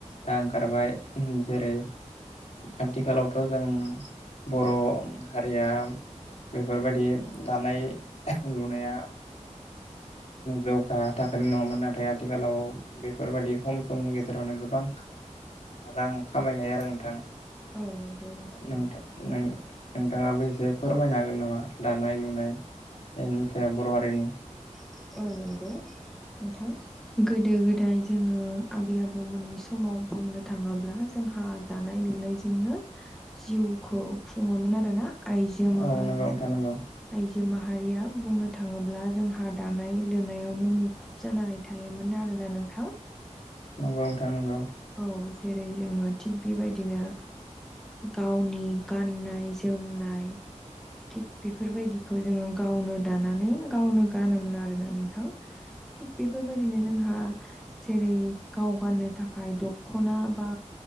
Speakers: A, on the left (about 65°); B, in the centre.
A: दा ओंखारबाय जेरै आथिखालावथ' जों बर' हारिया बेफोरबायादि दानाय लुनाया जौगा थाखोनो नङामोन आरो नाथाय आथिखालाव बेफोरबदि खम समनि गेजेरावनो गोबां रां खामायनाय आरो नोंथां
B: औ नंगौ
A: नोंथां नों नोंथाङाबो एसे फोरमायनो हागोन नामा दानाय लुनाय? इनिस बर' हारिनि।
B: औ नंगौ। नोंथां गोदो गोदाय जोङो आबै आबौमोननि समाव बुंनो थाङोब्ला जों हा दानाय लुनायजोंनो जिउखौ खुङोमोन आरो ना। आइजो माहारि
A: औ नंगौ नोंथां नंगौ
B: आइजो माहारिया बुंनो थाङोब्ला जोंहा दानाय लुनायावनो मुखुब जानानै थायोमोन आरोना नोंथां।
A: नंगौ नोंथां नंगौ।
B: जेरै जोङो थिग बेबायदिनो गावनि गाननाय जोमनाय थिग बेफोरबायदिखौ जोङो गावनो दानानै गावनो गानोमोन आरोना नोंथां। थिग बेफोरबायदिनो जोंहा जेरै गाव गाननो थाखाय दख'ना बा